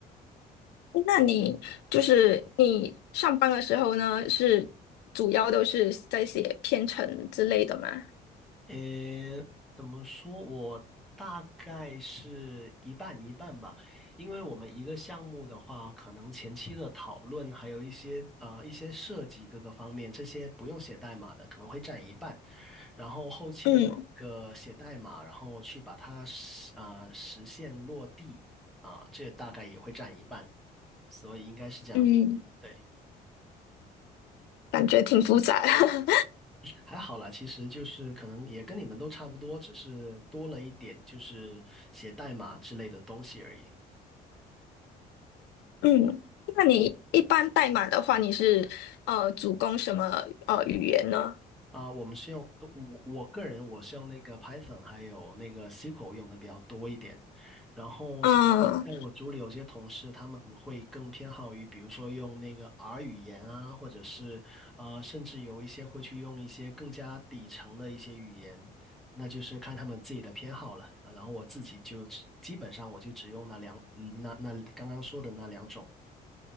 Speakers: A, on the left; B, in the centre.
A: 诶那你就是你上班的时候呢，是主要都是在写编程之类的吗？
B: 呃，怎么说？我大概是一半一半吧，因为我们一个项目的话，可能前期的讨论，还有一些呃一些设计各个方面，这些不用写代码的，可能会占一半，然后后期的一个写代码，
A: 嗯
B: 然后去把它实啊、呃实现落地啊、这大概也会占一半，所以应该是这样子，
A: 嗯，
B: 对。
A: 感觉挺复杂。<laughs>
B: 还好啦，其实就是可能也跟你们都差不多，只是多了一点就是写代码之类的东西而已。
A: 嗯，那你一般代码的话，你是呃主攻什么呃语言呢？
B: 啊、我们是用我我个人我是用那个 Python 还有那个 SQL 用的比较多一点，然后像像我组里有些同事他们会更偏好于比如说用那个
A: 嗯
B: R 语言啊，或者是啊、呃甚至有一些会去用一些更加底层的一些语言，那就是看他们自己的偏好了啊。然后我自己就只基本上我就只用那两嗯那那刚刚说的那两种，